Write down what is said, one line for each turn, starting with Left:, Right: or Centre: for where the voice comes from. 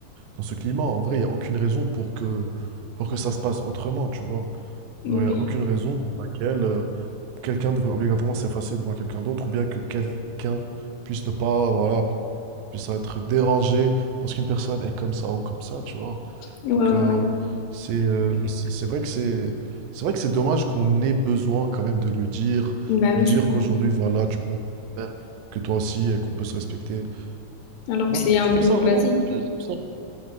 Right: dans ce climat. En vrai, il n'y a aucune raison pour que, pour que ça se passe autrement, tu vois.
Left: Oui.
Right: Genre, Il n'y a aucune raison pour laquelle euh, quelqu'un devrait obligatoirement s'effacer devant quelqu'un d'autre ou bien que quelqu'un puisse ne pas, voilà, puisse être dérangé parce qu'une personne est comme ça ou comme ça, tu vois.
Left: Ouais, ouais.
Right: Donc, euh,
Left: ouais.
Right: c'est euh, c'est c'est vrai que c'est c'est vrai que c'est dommage qu'on ait besoin quand même de le dire,
Left: Bah
Right: de
Left: oui,
Right: dire
Left: c'est vrai.
Right: qu'aujourd'hui, voilà, tu peux faire, que toi aussi, et qu'on peut se respecter.
Left: Alors que
Right: Moi,
Left: c'est
Right: je trouve,
Left: un
Right: je trouve
Left: peu
Right: ça vraiment...
Left: basique.
Right: je trouve ça-